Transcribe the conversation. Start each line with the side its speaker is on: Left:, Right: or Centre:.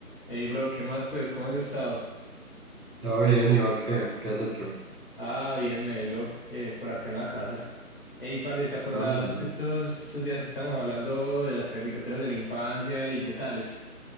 Left: Hey, bro, ¿qué más pues? ¿Cómo has estado?
Right: Todo bien, ¿y vos qué? ¿Qué has hecho?
Left: Ah, bien, Melo, eh, por acá en la casa. Hey, parce, ¿te acordás
Right: Ah, bueno.
Left: estos, estos días que estábamos hablando de las caricaturas de la infancia y qué tales?